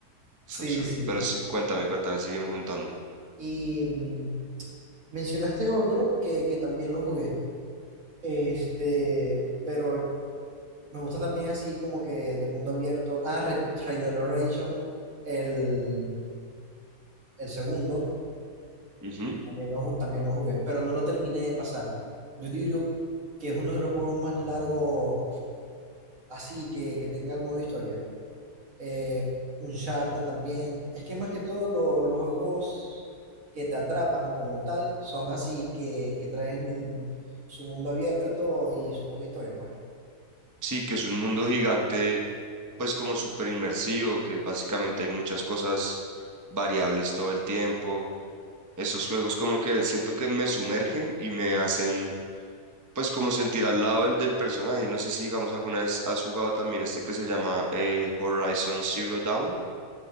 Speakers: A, on the right; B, on the right.
A: sí,
B: es absurdo.
A: sí.
B: Pero sí, cuéntame, cuéntame, sígueme contando.
A: Y mm, mencionaste otro que, que también lo jugué Este, pero me gusta también así como que de mundo abierto. Ah, Re- Red Dead Redemption, el, el segundo,
B: Ujú.
A: también lo, ju- también lo jugué, pero no lo terminé de pasar. Yo diría que es uno de los juegos más largos así que, que tenga el modo historia. Eh, Uncharted también. Es que más que todo lo- los juegos que te atrapan como tal son así que, que traen su mundo abierto y su modo historia, pues.
B: Sí, que es un mundo gigante pues como súper inmersivo, que básicamente hay muchas cosas variables todo el tiempo. Esos juegos como que siento que me sumergen y me hacen pues como sentir al lado del, del personaje. No sé si digamos alguna vez has jugado también este que se llama eh, Horizon Zero Dawn,